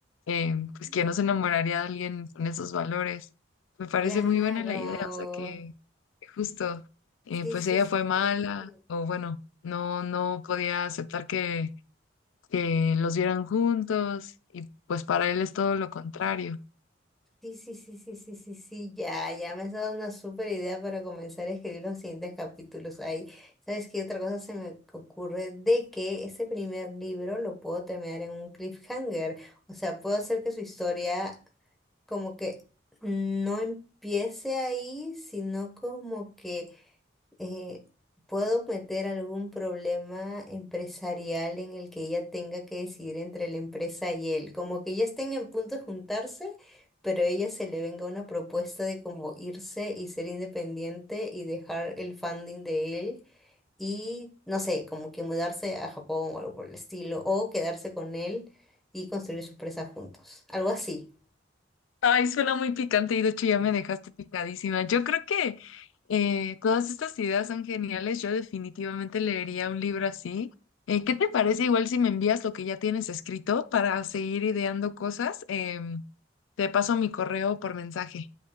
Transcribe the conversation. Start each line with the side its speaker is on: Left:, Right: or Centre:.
Left: Eh, pues
Centre: Mm.
Left: ¿quién no se enamoraría de alguien con esos valores. Me parece
Centre: Claro.
Left: muy buena la idea, o sea que, que justo, eh,
Centre: Sí,
Left: pues
Centre: sí,
Left: ella
Centre: sí,
Left: fue mala,
Centre: sí, sí, sí.
Left: o bueno, no, no podía aceptar que, que los vieran juntos, y pues para él es todo lo contrario.
Centre: Sí, sí, sí, sí, sí, sí, sí, ya, ya me has dado una súper idea para comenzar a escribir los siguientes capítulos ahí. ¿Sabes qué otra cosa se me ocurre? De que ese primer libro lo puedo terminar en un cliffhanger. O sea, puedo hacer que su historia como que no empiece ahí, sino como que eh, puedo meter algún problema empresarial en el que ella tenga que decidir entre la empresa y él. Como que ya estén en punto de juntarse, pero a ella se le venga una propuesta de como irse y ser independiente y dejar el funding de él. Y no sé, como que mudarse a Japón o algo por el estilo, o quedarse con él y construir su empresa juntos, algo así.
Left: Ay, suena muy picante y de hecho ya me dejaste picadísima. Yo creo que eh, todas estas ideas son geniales. Yo definitivamente leería un libro así. Eh, ¿qué te parece igual si me envías lo que ya tienes escrito para seguir ideando cosas? Em, te paso mi correo por mensaje.